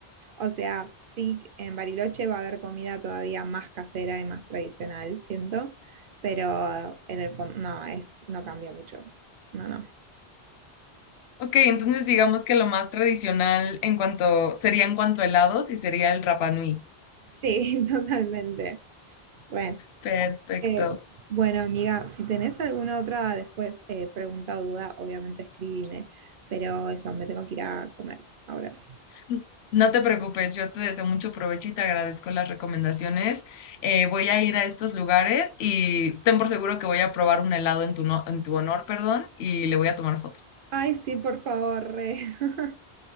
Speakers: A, on the right; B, on the left.
A: O sea, sí, en Bariloche va a haber comida todavía más casera y más tradicional, siento, pero en el fondo no, es, no cambia mucho. No, no.
B: Ok, entonces digamos que lo más tradicional en cuanto, sería en cuanto a helados y sería el Rapa Nui.
A: Sí, <laughs> totalmente. Re.
B: Perfecto.
A: Eh, bueno, amiga, si tenés alguna otra después eh, pregunta o duda, obviamente escribime, pero eso, me tengo que ir a comer ahora.
B: N- No te preocupes, yo te deseo mucho provecho y te agradezco las recomendaciones. Eh, voy a ir a estos lugares y ten por seguro que voy a probar un helado en tu, no- en tu honor, perdón, y le voy a tomar foto.
A: Ay, sí, por favor, re. <laughs>